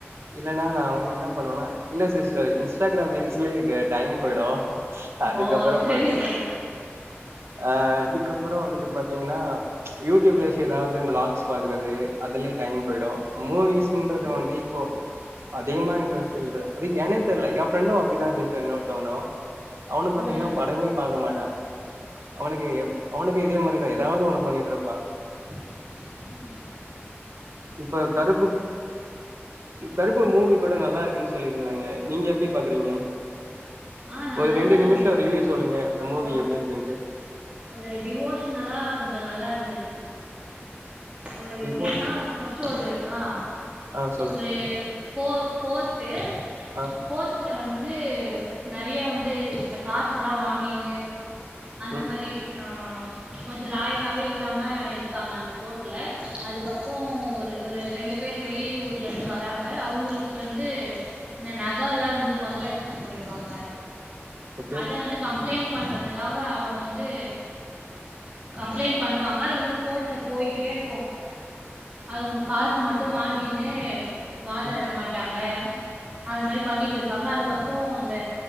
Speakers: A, on the right (about 70°); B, on the right (about 25°).
A: இன்னனா நா வந்து என்ன பண்ணுவனா இல்ல சிஸ்டர் இன்ஸ்டாகிராம் ரீல்ஸ்லே இங்க டைம் போய்டு அதுக்கப்பறம்
B: ஓ சரி
A: பாத்து
B: சரி
A: ஆ அதுக்கப்புறோ வந்துட்டு பாத்தீங்னா யூடியூப்ல சேர் எதாவது அந்த லாக்ஸ் பாக்குறது அதுலே டைம் போய்டு மூவிஸ்ன்றது
B: ம்
A: வந்து இப்போ அதிகமா இன்ட்ரஸ்ட் இல்ல அது ஏனே தெர்ல என் ஃபிரெண்டு அப்டிதா சிஸ்டர் இன்னோர்தவணு அவனு பாத்தீங்னா
B: ம்
A: படமே பாக்க மாட்டான் அவனுக்கு எம் அவனுக்கு இதே மாரிதா எதாவ்து ஒன்னு பண்ணிட்ருப்பான்
B: ம்
A: இப்ப கருப்பு கருப்பு மூவி கூட நல்லா இருக்குன் சொல்லிருந்தாங்க நீங்க எப்டி பாக்குறீங்க
B: ஆ நல்லாதா
A: ஒரு ரெண்டு
B: இருந்துச்சு
A: நிமிஷோ ரிவ்யூ சொல்லுங்க இந்த மூவி
B: ஒரு
A: எப்டி இருக்குன்ட்டு
B: ஒரு டிவோஷ்னலா கொஞ்சோ நல்லா இருந்துச்சு அ
A: டிவோஷ்
B: எப்டினா ஃபஸ்ட்டு ஒரு ஆ
A: ஆ சொல்லுங்க
B: ஒரு கோ கோர்ட்டு
A: ஆ
B: கோர்ட்டுல வந்து நெறைய வந்து இந்த காசுலா வாங்கீனு அந்த
A: ம்
B: மாரி அ கொஞ்சு லாயிலாவே இல்லாம இருக்காங்க அந்த கோட்ல அதுக்கப் அப்றோ ஒரு ஒரு ரெண்டு பேர் வெளி ஊர்ல இருந்து வராங்க அவுங்குளுக் வந்து இந்த நகலா வந்து கொள்ள அடிச்சுட்டு போய்டுவாங்க
A: ஓகே
B: அத வந்து கம்ப்ளைண்ட் பண்றதுக்காக அவங்க வந்து கம்ப்ளைண்ட் பண்ணுவாங்க அது வந்து கோர்ட்ல போயிட்டே இருக்கு அது உங்க காசு மட் வாங்கினு வாதாட
A: ம்
B: மாட்டாங்க அந்த மாறி பண்ணிட்டு இருப்பாங்க அதுக்கப்பறம் அந்த